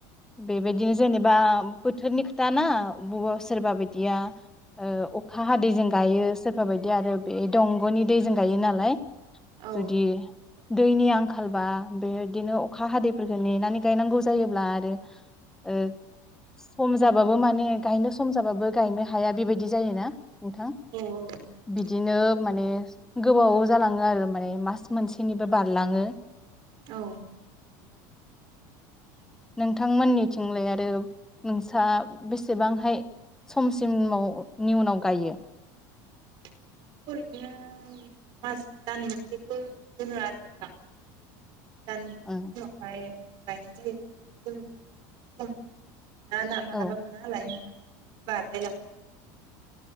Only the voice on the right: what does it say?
औ
औ
सैथो
औ औ
जोंनाथ ओरैनो मास दान मोनसेखौ दोनो आरो नोंथां दा <unintelligible>
उनावहाय <unintelligible> मोना ना मालाबा
मोना नालाय बारलाय लाङो